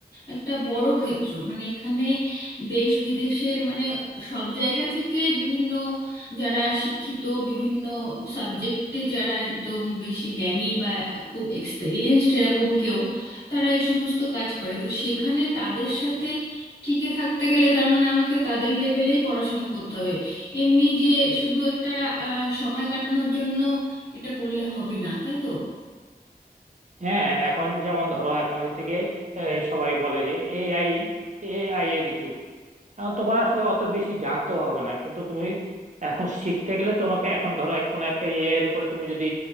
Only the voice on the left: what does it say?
একটা বড় ক্ষেত্র মানে এখানে দেশ বিদেশের মানে সব জায়গা থেকে বিভিন্ন যারা শিক্ষিত বিভিন্ন সাবজেক্টে যারা একদম বেশি জ্ঞানী বা খুব এক্সপেরিয়েন্সড এরকম কেউ তারা এই সমস্ত কাজ করে তো সেখানে তাদের সাথে টিকে থাকতে গেলে তার মানে আমাকে তাদের লেভেলেই পড়াশোনা করতে হবে এমনি যে শুধু একটা আহ, সময় কাটানোর জন্য এটা করলে হবে না তাই তো